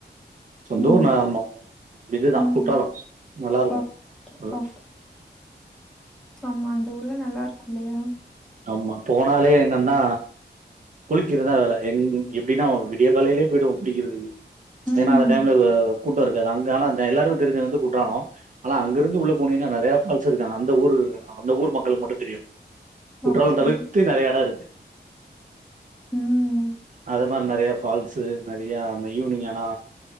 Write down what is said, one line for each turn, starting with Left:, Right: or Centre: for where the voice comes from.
Right: சொந்த
Centre: ம்
Right: ஊர் நா ஆமா இதுதா
Centre: ம்
Right: குற்றாலம் நல்லாருக்கு
Centre: ஓகே
Right: ம்
Centre: ஓகே ஆமா அந்த ஊர்ல நல்லாருக்குல்லயா
Right: ஆமா போனாலே நன்னா குளிக்கிறதா வேல எந் எப்டினா விடிய காலைலயே போய்டுவோ குளிக்கிறதுக்கு
Centre: ம்
Right: ஏனா அந்த டைம்ல வ கூட்டொ இருக்காது அங்க ஆனா அ எல்லாருக்கு தெருஞ்சது வந்து குற்றாலொ ஆனா அங்கருந்து உள்ள போனீங்னா நெறைய ஃபால்ஸ் இருக்கு அந்த ஊரு அந்த ஊர் மக்களுக்கு மட்டு தெரியு குற்றால
Centre: ஓகே
Right: தவிர்த்து நெறைய எடொ இருக்கு
Centre: ம்
Right: அது மார் நறைய ஃபால்ஸு நெறைய அந்த ஈவினிங் ஆனா